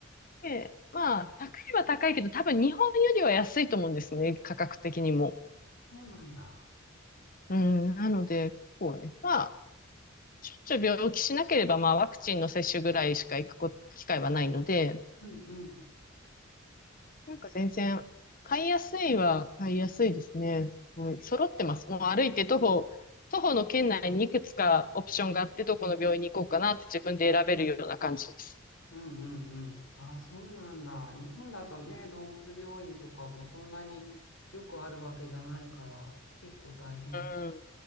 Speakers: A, on the left; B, on the left.
A: で、まあ、高いは高いけど、多分日本よりは安いと思うんですね、価格的にも。
B: そうなんだ。
A: うん、なので、こうね、まあ、ちょっと病気しなければ、まあ、ワクチンの接種ぐらいしか行くこ機会はないので、
B: うんうん。
A: なんか全然、買いやすいは買いやすいですね。すごい揃ってます。もう歩いて徒歩、徒歩の圏内にいくつかオプションがあって、どこの病院に行こうかなって自分で選べるような感じです。
B: うんうんうん。ああ、そうなんだ。日本だとね、動物病院とかもそんなによくあるわけじゃないから、結構大変。
A: うん、